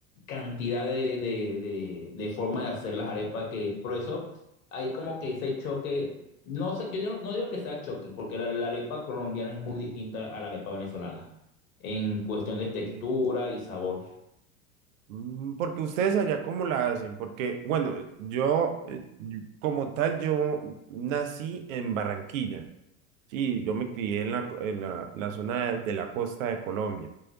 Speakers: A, on the left (about 70°); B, on the right (about 65°).
A: cantidad de, de, de, de formas de hacer las arepas que, por eso hay como que ese choque, no sé, yo, yo no, no digo que sea choque, porque la, la arepa colombiana es muy distinta a la arepa venezolana en cuestión
B: ok.
A: de textura y sabor.
B: Mm, Porque ustedes allá cómo la hacen, porque bueno, yo eh, yo- como tal, yo nací en Barranquilla. Sí, yo me crié en la, en la, la zona de, de la costa de Colombia.